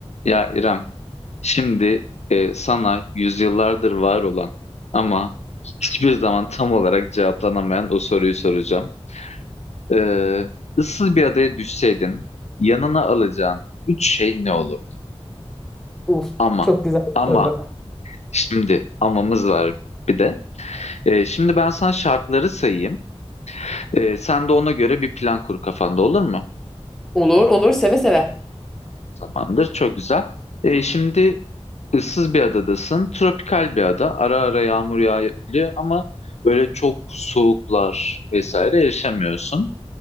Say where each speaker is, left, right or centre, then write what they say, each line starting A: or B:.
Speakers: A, on the left; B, in the centre.
A: Ya İrem, şimdi e, sana yüzyıllardır var olan ama hiçbir zaman tam olarak cevaplanamayan o soruyu soracağım. Ee, ıssız bir adaya düşseydin, yanına alacağın üç şey ne olurdu?
B: Uf,
A: Ama,
B: çok güzel
A: ama,
B: bir soru.
A: şimdi amamız var bir de. Ee, şimdi ben sana şartları sayayım. Ee, sen de ona göre bir plan kur kafanda olur mu?
B: Olur olur seve seve.
A: Tamamdır. Çok güzel. Ee, şimdi ıssız bir adadasın. Tropikal bir ada. Ara ara yağmur yağabiliyor ama böyle çok soğuklar vesaire yaşamıyorsun.